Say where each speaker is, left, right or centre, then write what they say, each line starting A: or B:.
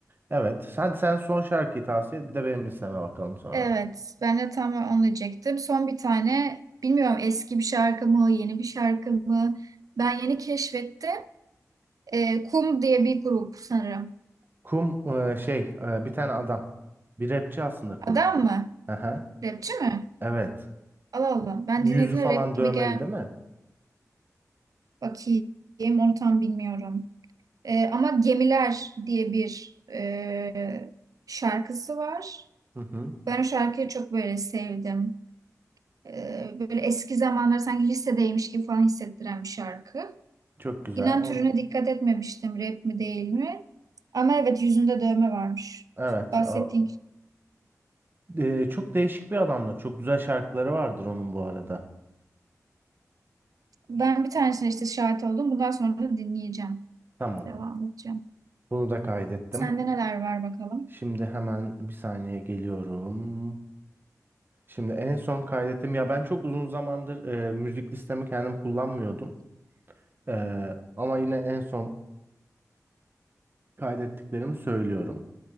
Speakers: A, on the right (about 35°); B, on the right (about 75°).
A: Evet, sen sen son şarkıyı tavsiye et bir de benim listeme bakalım sonra.
B: Evet ben de tam onu diyecektim. Son bir tane bilmiyorum eski bir şarkı mı yeni bir şarkı mı ben yeni keşfettim. E, Kum diye bir grup sanırım.
A: Kum e, şey e, bir tane adam. Bir rapçi aslında Kum.
B: Adam mı?
A: Aha,
B: Rapçi mi?
A: evet.
B: Allah Allah. Ben
A: Yüzü
B: dinlediğimde
A: falan
B: rap gibi
A: dövmeli
B: gel
A: değil mi?
B: bakayım. Onu tam bilmiyorum. Ee, ama Gemiler diye bir e, şarkısı var.
A: Hı hı.
B: Ben o şarkıyı çok böyle sevdim. Ee, böyle eski zamanlar sanki lisedeymiş gibi falan hissettiren bir şarkı.
A: Çok güzel.
B: İnan
A: Ama-
B: türüne dikkat etmemiştim rap mi değil mi? Ama evet yüzünde dövme varmış.
A: Evet.
B: Bahsettiğin
A: a-
B: kişi.
A: e, çok değişik bir adamdır. Çok güzel şarkıları vardır onun bu arada.
B: Ben bir tanesine işte şahit oldum. Bundan sonra da dinleyeceğim.
A: Tamam.
B: Devam edeceğim.
A: Bunu da kaydettim.
B: Sende neler var bakalım?
A: Şimdi hemen bir saniye geliyorum. Şimdi en son kaydettim. Ya ben çok uzun zamandır e, müzik listemi kendim kullanmıyordum. E, ama yine en son kaydettiklerimi söylüyorum.